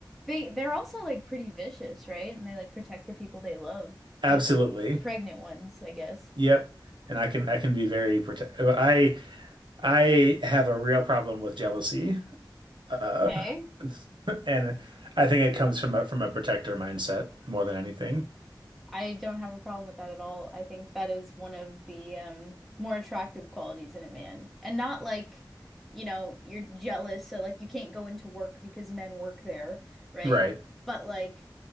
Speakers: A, in the centre; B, on the right.
A: They they're also like pretty vicious, right? And they like protect the people they love,
B: Absolutely.
A: like the pregnant ones, I guess.
B: Yep. And I can I can be very protect. I I have a real problem with jealousy. Uh,
A: Okay.
B: <laughs> and I think it comes from a from a protector mindset more than anything.
A: I don't have a problem with that at all. I think that is one of the um, more attractive qualities in a man. And not like, you know, you're jealous, so like you can't go into work because men work there, right?
B: Right.
A: But like,